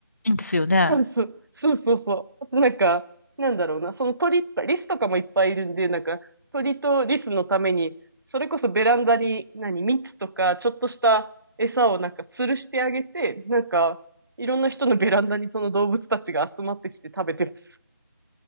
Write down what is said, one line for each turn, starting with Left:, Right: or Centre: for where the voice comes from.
Left: いんですよね。
Right: そうそう、そうそうそう。なんか、なんだろうな、その鳥とか、リスとかもいっぱいいるんで、なんか、鳥とリスのために、それこそベランダに、何、蜜とか、ちょっとした餌をなんか吊るしてあげて、なんか、いろんな人のベランダにその動物たちが集まってきて食べてます。